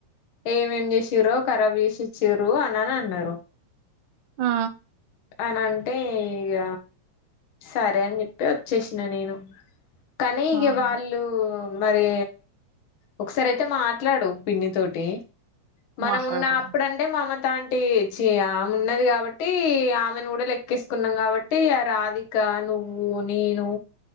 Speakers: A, on the left (about 55°); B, on the right (about 80°).
A: ఏమేమి చేసిరో ఖరాబ్ చేసి ఇచ్చారు అని అన్నారు.
B: ఆ
A: అని అంటే ఇగ సరే అని చెప్పి వచ్చేసిన నేను. కానీ
B: ఆహా
A: వాళ్ళు. మరి ఒకసారి అయితే మాట్లాడు పిన్ని తోటి మనం
B: మాట్లాడతాం
A: ఉన్న అప్పుడంటే మమతాన్ టీ చి ఆమున్నది గాబట్టి ఆమెను గుడ లెక్కేసుకున్నం కాబట్టి ఆ రావికా నువ్వు నేను